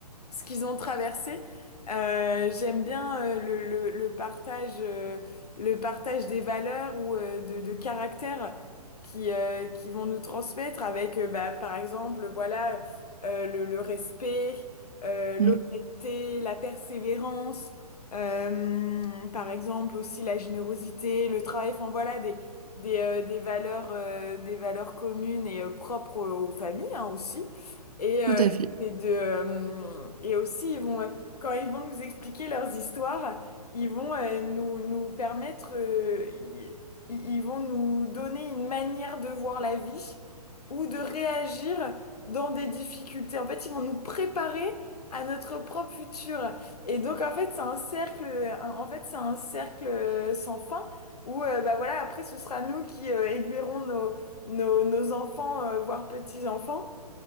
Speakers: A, on the left (about 70°); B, on the right (about 65°).
A: ce qu'ils ont traversé. Euh, j'aime bien euh, le, le, le partage, euh, le partage des valeurs ou euh, de, de caractères qui, euh, qui vont nous transmettre avec, euh, bah, par exemple, voilà, euh, le, le respect, euh, l'honnêteté,
B: mm,
A: la persévérance, euh, par exemple aussi la générosité, le travail, enfin voilà, des, des, euh, des valeurs, euh, des valeurs communes et euh, propres aux, aux familles hein, aussi. Et,
B: tout
A: euh,
B: à fait.
A: et, de, euh, et aussi, ils vont, euh, quand ils vont nous expliquer leurs histoires, ils vont euh, nous, nous permettre, euh, ils, ils vont nous donner une manière de voir la vie ou de réagir dans des difficultés. En fait, ils vont nous préparer à notre propre futur. Et donc, en fait, c'est un cercle, en fait, c'est un cercle euh, sans fin ou euh, bah voilà, après ce sera nous qui euh, aiguillerons nos, nos, nos enfants, euh, voire petits-enfants.